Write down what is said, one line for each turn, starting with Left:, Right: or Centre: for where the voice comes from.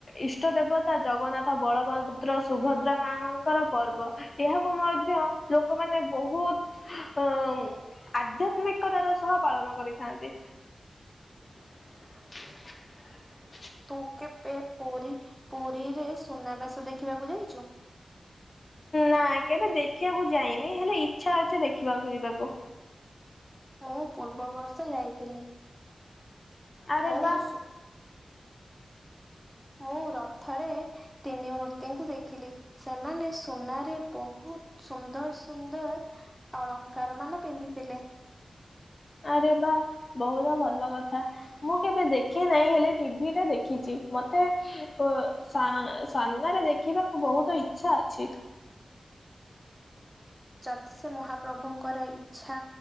Left: ଇଷ୍ଟ ଦେବତା ଜଗନ୍ନାଥ, ବଳଭଦ୍ର, ସୁଭଦ୍ରା ମାଙ୍କର ପର୍ବ। ଏହାକୁ ମଧ୍ୟ ଲୋକମାନେ ବହୁତ ଅଉମ୍ ଆଧ୍ୟାତ୍ମିକତାର ସହ ପାଳନ କରିଥାନ୍ତି। <inaudible>
Centre: ତୁ କେବେ ପୁରୀ ପୁରୀରେ ସୁନାବେଶ ଦେଖିବାକୁ ଯାଇଛୁ?
Left: ନା କେବେ ଦେଖିବାକୁ ଯାଇନି, ହେଲେ ଇଚ୍ଛା ଅଛି ଦେଖିବାକୁ ଯିବାକୁ।
Centre: ମୁଁ ପୂର୍ବ ବର୍ଷ ଯାଇଥିଲି।
Left: ଆରେ
Centre: ମୁଁ
Left: ବା
Centre: ସୁ ମୁଁ ରଥରେ ତିନି ମୂର୍ତ୍ତିଙ୍କୁ ଦେଖିଲି। ସେମାନେ ସୁନାରେ ବହୁତ ସୁନ୍ଦର ସୁନ୍ଦର ଅଳଙ୍କାର ମାନ ପିନ୍ଧିଥିଲେ।
Left: ଆରେ ବା ବହୁତ ଭଲ କଥା। ମୁଁ କେବେ ଦେଖି ନାହିଁ ହେଲେ ଟିଭିରେ ଦେଖିଛି, ମତେ ଓ ସା ସାମ୍ନାରେ ଦେଖିବାକୁ ବହୁତ ଇଛା ଅଛି।
Centre: ଯଦି ସେ ମହାପ୍ରଭୁଙ୍କର ଇଚ୍ଛା